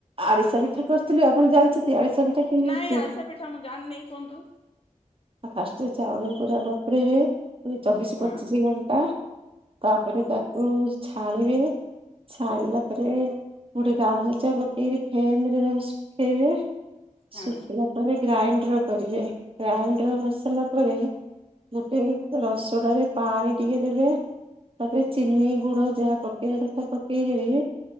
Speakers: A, on the right; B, on the left.
A: ଆରିଶା ପିଠା କରିଥିଲୁ ଆପଣ ଜାଣିଛନ୍ତି ଆରିଶା ପିଠା। କେମିତି
B: ନାଇଁ
A: ହଉଛି
B: ଆଡ଼ିସା ପିଠା ମୁଁ ଜାଣିନି କୁଅନ୍ତୁ।
A: ଆ ଫାଷ୍ଟେ ଚାଉଳ ପୁରା ବତରେଇବେ ଚବିସି
B: ହଁ
A: ପଚିଶି ଘଣ୍ଟା। ତାପରେ
B: ହୁଁ
A: ତାକୁ ଛାଣିବେ ଛନିଲା ପରେ ଗୋଟେ ଗାମୁଚା ପକେଇି ଫେନ ରେ ତାକୁ ଶୁଖେଇବେ
B: ହଁ
A: ଶୁଖିଲା ପରେ ଗ୍ରାଇଣ୍ଡର କରିବେ ଗ୍ରାଇଣ୍ଡର କରିସାରିଲା ପରେ ଗୋଟେ ରସଡରେ ପାଣି ଟିକେ ଦେଲେ ତାପରେ ଚିନି ଗୁଡ ଯାହା ପକେଇବା କଥା ପକେଇକରି